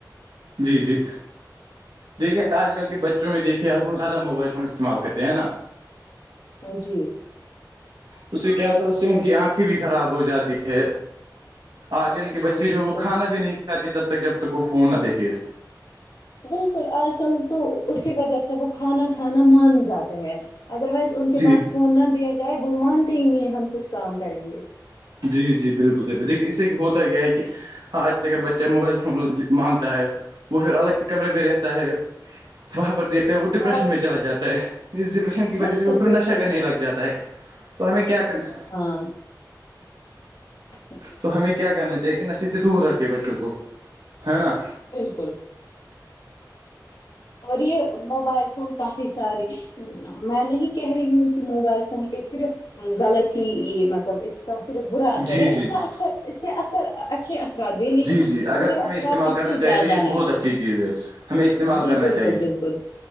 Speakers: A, on the right; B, on the left.
A: جی جی دیکھیے آج کل کے بچوں میں دیکھیے آپ وہ زیادہ موبائل فون استعمال کرتے ہیں نا
B: جی
A: اس سے کیا ہوتا ہے اس سے ان کی آنکھیں بھی خراب ہو جاتی ہے آج کل کے
B: جی
A: بچے جو
B: بالکل
A: وہ کھانا بھی نہیں کھاتے تب تک جب تک وہ فون نہ دیکھے
B: بالکل آج کل تو اسی وجہ سے وہ کھانا کھانا مان جاتے ہیں ادر وائز ان کے
A: جی
B: پاس فون نہ دیا جائے وہ مانتے ہی نہیں ہے ہم کچھ کام کریں گے
A: جی جی بالکل صح دیکے اس سے ہوتا کیا ہے کہ ہاں اگر بچہ موبائل فون مانگتا ہے وہ پھر الگ کمرے پہ رہتا ہے وہاں پر دیکھتے وہ ڈپریشن
B: بہت
A: میں چلا جاتا ہے اس ڈپریشن کی وجہ
B: بالکل
A: سے وہ پھر
B: بالکل
A: نشہ کرنے لگ جاتا ہے تو ہمیں کیا کرنا
B: ہاں جی
A: تو
B: جی
A: ہمیں کیا کرنا چاہیے کہ نشے سے دور رکھے بچوں کو ہے نا
B: بالکل اور یہ موبائل فون کافی ساری میں نہیں کہہ رہی ہوں کہ موبائل فون کے صرف غلط ہی یہ مطلب اس کا صرف برا اثر
A: جی
B: ہے
A: جی
B: اس
A: جی
B: کا اچھا اس کے اثر اچھے ارات بھی لیکن
A: جی جی اگر
B: برے
A: ہمیں
B: اثرات
A: استعمال کرنا
B: اس کے
A: چاہیے
B: زیادہ
A: تو یہ بہت
B: ہے
A: اچھی چیز ہے ہمیں استعمال
B: جی
A: کرنا
B: بالکل
A: چاہیے
B: بالکل